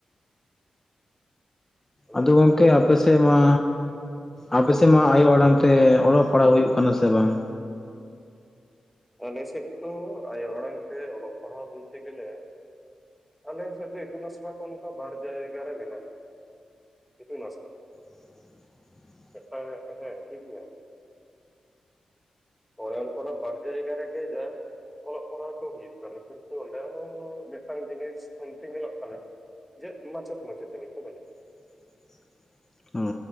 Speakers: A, in the centre; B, on the left.
A: ᱦᱩᱸ
B: ᱟᱫᱚ ᱜᱚᱢᱠᱮ ᱟᱯᱮ ᱥᱮᱫ ᱢᱟ᱾ ᱟᱯᱮᱥᱮᱫ ᱢᱟ ᱟᱭᱳ ᱟᱲᱟᱝ ᱛᱮ ᱚᱞᱚᱜ ᱯᱟᱲᱦᱟᱜ ᱦᱩᱭᱩᱜ ᱠᱟᱱᱟ ᱥᱮ ᱵᱟᱝ᱾
A: ᱟᱞᱮᱥᱮᱡ ᱫᱚ ᱟᱭᱳ ᱟᱲᱟᱝ ᱛᱮ ᱚᱞᱚᱜ ᱯᱟᱲᱦᱟᱣ ᱵᱚᱞᱛᱮ ᱜᱮᱞᱮ᱾ ᱟᱞᱮ ᱥᱮᱫ ᱫᱚ ᱤᱛᱩᱱ ᱟᱥᱲᱟ ᱠᱚ ᱱᱚᱝᱠᱟ ᱵᱟᱨ ᱡᱟᱭᱜᱟ ᱨᱮ ᱢᱮᱱᱟᱜᱼᱟ᱾ ᱤᱛᱩᱱ ᱟᱥᱲᱟ᱾
B: <unintelligible>
A: ᱢᱮᱛᱴᱟᱝ ᱦᱮ ᱴᱤᱠ ᱱᱟᱭ ᱟᱱᱮ ᱚᱱᱠᱟ ᱵᱟᱨ ᱡᱟᱭᱜᱟ ᱨᱮᱜᱮ ᱡᱟ᱾ ᱚᱞᱚᱜ ᱯᱟᱲᱦᱟᱜ ᱠᱚ ᱦᱩᱭᱩᱜ ᱠᱟᱱᱟ ᱠᱤᱱᱛᱩ ᱚᱸᱰᱮ ᱦᱚᱸ ᱢᱤᱫᱴᱟᱝ ᱡᱤᱱᱤᱥ ᱠᱷᱟᱱᱛᱤ ᱧᱮᱞᱚᱜ ᱠᱟᱱᱟ᱾ ᱡᱮ ᱢᱟᱪᱮᱫ ᱢᱟᱪᱮᱛᱟᱱᱤ ᱠᱚ ᱵᱟᱹᱱᱩᱜ᱾
B: <unintelligible>